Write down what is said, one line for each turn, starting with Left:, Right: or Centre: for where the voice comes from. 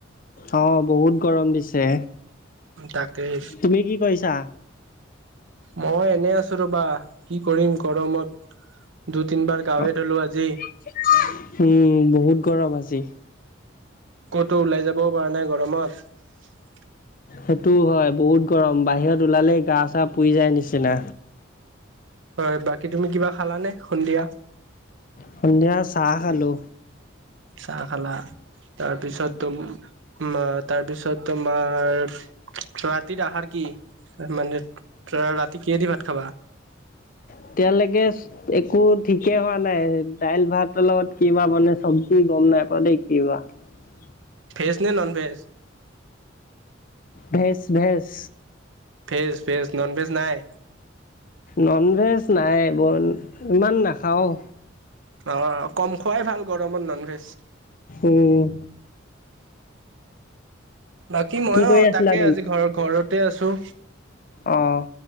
Left: অ বহুত গৰম দিছে
Right: তাকেই
Left: তুমি কি কৰিছা?
Right: মই এনে আছো ৰবা কি কৰিম গৰমত- দুই তিনবাৰ গাঁৱে
Left: অহ
Right: ধলো আজি
Left: উম বহুত গৰম আজি।
Right: ক'তো ওলাই যাবও পৰা নাই গৰমত।
Left: সেইটো হয় বহুত গৰম বাহিৰত ওলালেই গা চা পুৰি যায় নিচিনা।
Right: হয় বাকী তুমি কিবা খালানে সন্ধিয়া?
Left: সন্ধিয়া চাহ খালো।
Right: চাহ খালা তাৰপিছত তো মাৰ তাৰপিছত তোমাৰ ৰাতিৰ আহাৰ কি মানে ৰা ৰাতি কিহে দি ভাত খাবা?
Left: এতিয়ালৈকে একো ঠিকে হোৱা নাই দাইল ভাতৰ লগত কিবা মানে চব্জি গম নাই পোৱা দেই কি ৱাহ। <unintelligible>
Right: ভেজ নে non veg?
Left: Veg veg.
Right: Veg veg non veg নাই।
Left: ননভেজ নাই বৰ ইমান নাখাওঁ।
Right: অ কম খোৱাই ভাল গৰমত নন ভেজ।
Left: উম
Right: বাকী মইয়ো
Left: কি কৰি আছিলা
Right: তাকে আজি ঘৰ ঘৰতে আছো-
Left: অহ